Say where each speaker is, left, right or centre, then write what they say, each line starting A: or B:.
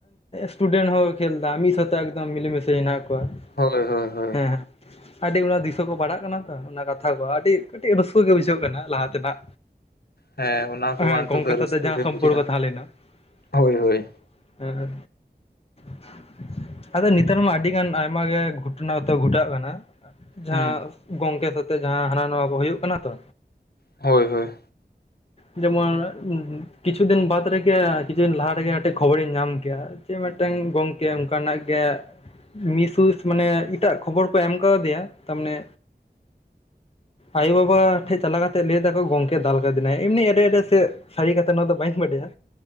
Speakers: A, on the left; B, on the left.
A: ᱥᱴᱩᱰᱮᱱᱴ ᱦᱚᱸ ᱠᱷᱮᱞ ᱮᱫᱟ ᱥᱟᱶᱛᱮ ᱮᱫᱚᱢ ᱢᱤᱞᱮᱢᱤᱥᱮ ᱦᱮᱱᱟᱜ ᱟᱸ
B: ᱦᱳᱭ ᱦᱳᱭ ᱦᱳᱭ
A: ᱦᱮᱸ ᱾ ᱟᱰᱤ ᱚᱱᱟ ᱫᱤᱥᱟᱹ ᱠᱚ ᱯᱟᱲᱦᱟᱜ ᱠᱟᱱᱟ ᱛᱚ ᱚᱱᱟ ᱠᱟᱛᱷᱟ ᱠᱚ ᱟᱰᱤ ᱠᱟᱹᱴᱤᱡ ᱨᱟᱹᱥᱠᱟᱹ ᱜᱮ ᱵᱩᱡᱷᱟᱹᱜ ᱠᱟᱱᱟ ᱞᱟᱦᱟ ᱛᱮᱱᱟᱜ᱾
B: ᱦᱮᱸ ᱚᱱᱟ ᱠᱚᱢᱟ
A: ᱦᱮᱸ
B: ᱱᱤᱛᱚᱜ
A: ᱜᱚᱝᱠᱮ
B: ᱫᱚ ᱨᱟᱹᱥᱠᱟᱹ
A: ᱥᱟᱣᱛᱮ ᱡᱟᱦᱟᱸ
B: ᱜᱮ
A: ᱥᱚᱢᱯᱚᱨᱠᱚ
B: ᱵᱩᱡᱷᱟᱹᱜᱼᱟ
A: ᱛᱟᱦᱮᱞᱮᱱᱟ
B: ᱦᱳᱭ
A: ᱾
B: ᱦᱳᱭ
A: ᱦᱮᱸ ᱦᱮ ᱾ ᱟᱫᱚ ᱱᱮᱛᱟᱨ ᱢᱟ ᱟᱰᱤ ᱜᱟᱱ ᱟᱭᱢᱟ ᱜᱮ ᱜᱷᱚᱴᱚᱱᱟ ᱛᱚ ᱜᱷᱚᱴᱟᱜ ᱠᱟᱱᱟ ᱾ ᱡᱟᱦᱟᱸ
B: ᱦᱩᱸ
A: ᱜᱚᱝᱠᱮ ᱥᱟᱛᱮ ᱡᱟᱦᱟᱸ ᱦᱟᱱᱟ ᱱᱚᱣᱟ ᱦᱩᱭᱩᱜ ᱠᱟᱱᱟ ᱛᱚ
B: ᱦᱳᱭ ᱦᱳᱭ,
A: ᱡᱮᱢᱚᱱ ᱠᱤᱪᱷᱩ ᱫᱤᱱ ᱵᱟᱫ ᱨᱮᱜᱮ ᱠᱤᱪᱷᱩ ᱫᱤᱱ ᱞᱟᱦᱟ ᱨᱮᱜᱮ ᱢᱤᱴᱟᱹᱜ ᱠᱷᱚᱵᱚᱨᱤᱧ ᱧᱟᱢ ᱠᱮᱭᱟ ᱪᱮᱫ ᱢᱤᱫᱴᱟᱝ ᱜᱚᱝᱠᱮ ᱚᱱᱠᱟ ᱱᱟᱜ ᱜᱮ ᱢᱤᱥᱩᱥ ᱢᱟᱱᱮ ᱮᱴᱟᱜ ᱠᱷᱚᱵᱚᱨ ᱠᱚ ᱮᱢ ᱠᱟᱣᱫᱮᱭᱟ ᱛᱟᱨᱢᱟᱱᱮ ᱟᱭᱳ ᱵᱟᱵᱟ ᱴᱷᱮᱡ ᱪᱟᱞᱟᱣ ᱠᱟᱛᱮᱜ ᱞᱟᱹᱭ ᱮᱫᱟ ᱠᱚ ᱜᱚᱝᱠᱮ ᱫᱟᱞ ᱠᱟᱫᱤᱱᱟᱭ ᱮᱢᱱᱤ ᱮᱲᱰᱮ ᱮᱰᱮ ᱥᱮ ᱥᱟᱹᱲᱤ ᱠᱟᱛᱮ ᱱᱚᱣᱟ ᱫᱚ ᱵᱟᱹᱧ ᱵᱟᱰᱟᱭᱟ